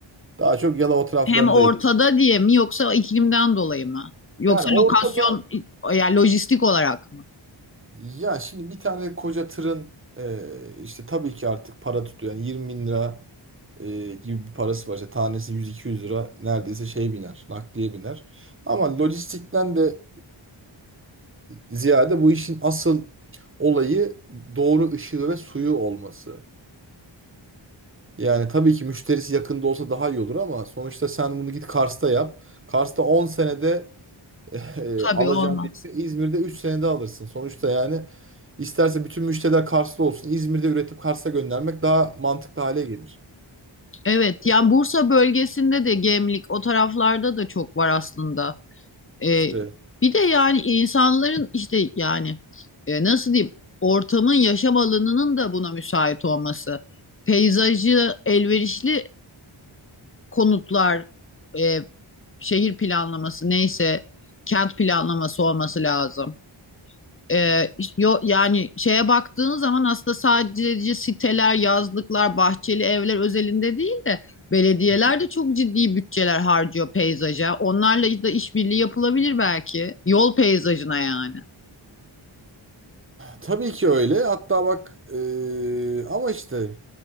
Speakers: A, on the right; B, on the left.
A: Daha çok Yalova taraflarında
B: Hem ortada
A: yapılıyor.
B: diye mi yoksa iklimden dolayı mı? Yoksa
A: Yani orada
B: lokasyon yani lojistik olarak mı?
A: Ya şimdi bir tane koca tırın e, işte tabii ki artık para tutuyor. Yani 20 bin lira e, gibi bir parası var. İşte tanesi 100-200 lira neredeyse şey biner, nakliye biner. Ama lojistikten de e, ziyade bu işin asıl olayı doğru ışığı ve suyu olması. Yani tabii ki müşterisi yakında olsa daha iyi olur ama sonuçta sen bunu git Kars'ta yap. Kars'ta 10 senede e,
B: Tabii
A: alacağın
B: olmaz.
A: bir evi İzmir'de 3 senede alırsın. Sonuçta yani isterse bütün müşteriler Kars'ta olsun. İzmir'de üretip Kars'a göndermek daha mantıklı hale gelir.
B: Evet,
A: E,
B: yani Bursa bölgesinde de Gemlik o taraflarda da çok var aslında. Ee,
A: İşte
B: bir de yani insanların işte yani e, nasıl diyeyim ortamın yaşam alanının da buna müsait olması. Peyzajı elverişli konutlar, e, şehir planlaması neyse kent planlaması olması lazım. Ee, yo, yani şeye baktığın zaman aslında sadece siteler, yazlıklar, bahçeli evler özelinde değil de belediyeler
A: Hı.
B: de çok ciddi bütçeler harcıyor peyzaja. Onlarla da işbirliği yapılabilir belki. Yol peyzajına yani.
A: tabii ki öyle. Hatta bak e, ama işte